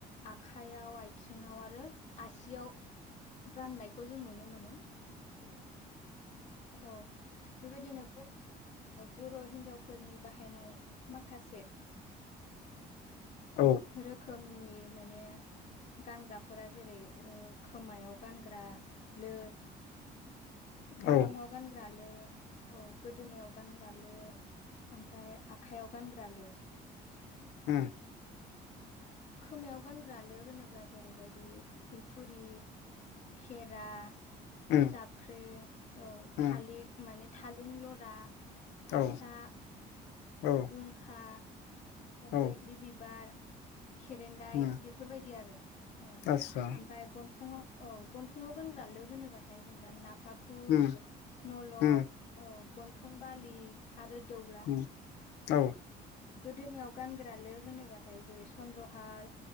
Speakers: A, on the left (about 45°); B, on the left (about 85°).
A: आखाइयाव आथिङाव आरो आसियाव गाननायखौ जों नुनो मोनो औ बेबायदिनो बर' हिन्जावफोरनि बाहायनाय माखासे
B: <unintelligible> औ
A: रोखोमनि माने गानग्राफोरा जेरै खोमायाव गानग्रा लो गन्थंआव
B: औ
A: गानग्रा लो औ गोदोनायाव गानग्रा- लो ओमफ्राय आखाइयाव गानग्राल
B: ह
A: खोमायाव गानग्रालो होनोब्ला जेरैबायदि फुलखुरि सेरा
B: उम
A: जाबख्रिं औ
B: उम
A: थालें माने थालें लरा फासा
B: औ औ
A: जुंखा
B: औ
A: बैग्रि बिबार खेरेन्दाय
B: उम
A: बेफोरबायदि आरो औ
B: आस्सा
A: ओमफ्राय गन्थंआव औ गन्थंआव गानग्रालो होनोबाथाय जेनेबा नाफा खुल
B: उम
A: नलद
B: उम
A: औ गन्थं बालि आरो दौला
B: उम औ
A: गोदोनियाव गानग्रा लो होनोबाथाय जेरै चन्द्रहार